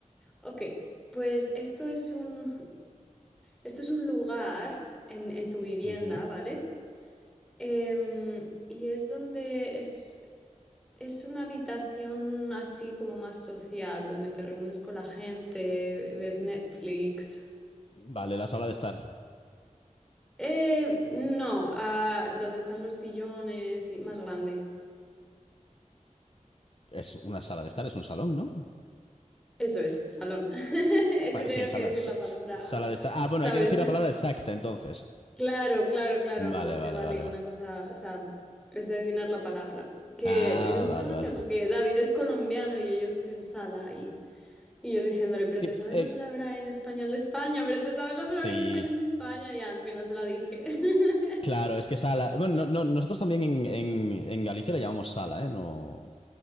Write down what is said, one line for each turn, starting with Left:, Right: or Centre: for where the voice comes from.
Centre: Ok, pues esto es un, esto es un lugar en, en tu vivienda,
Left: Ujú.
Centre: ¿vale? Em, y es donde es Es una habitación así como más social, donde te reúnes con la gente, ves Netflix.
Left: Vale, la sala de estar.
Centre: Eh, no, ah, donde están los sillones y más grande.
Left: Es una sala de estar, es un salón, ¿no?
Centre: Eso es, salón. <laughs> Es
Left: Bueno,
Centre: que tenías
Left: sí, sala,
Centre: que decir
Left: sa-
Centre: la palabra,
Left: sa- sala de estar. Ah, bueno,
Centre: ¿sabes?
Left: hay que decir la palabra exacta entonces.
Centre: Claro, claro, claro, no
Left: Vale, vale,
Centre: te vale
Left: vale,
Centre: una
Left: vale.
Centre: cosa, o sea, es de adivinar la palabra. Que
Left: Ah,
Centre: me hizo mucha
Left: vale,
Centre: gracia
Left: vale.
Centre: porque David es colombiano y ellos dicen sala ahí. Y yo diciéndole, pero
Left: Sí,
Centre: te sabes
Left: eh,
Centre: la palabra en español de España, pero te sabes la palabra
Left: Sí,
Centre: en español de España. Y al final se la dije. <laughs>
Left: claro, es que sala. Bueno, no- no, nosotros también en, en- en Galicia le llamamos sala, ¿eh? No.